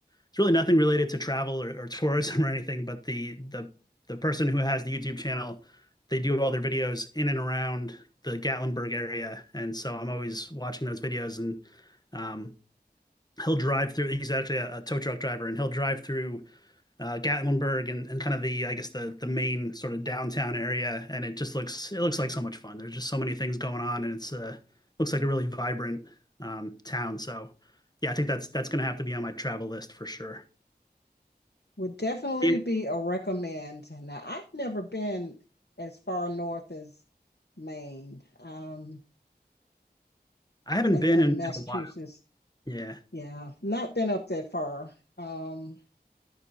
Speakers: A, on the left (about 25°); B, on the left (about 75°).
A: it's really nothing related to travel or, or <laughs> tourism or anything, but the the the person who has the YouTube channel, they do all their videos in and around the Gatlinburg area, and so I'm always watching those videos and um, he'll drive through. He's actually a, a tow truck driver, and he'll drive through uh, Gatlinburg and, and kind of the I guess the the main sort of downtown area, and it just looks it looks like so much fun. There's just so many things going on, and it's uh, looks like a really vibrant um, town. So yeah, I think that's that's going to have to be on my travel list for sure.
B: Would definitely
A: Yeah,
B: be a recommend. Now, I've never been as far north as Maine um,
A: I haven't
B: and,
A: been
B: and
A: in, in
B: Massachusetts.
A: a while. Yeah.
B: Yeah, not been up that far. Um,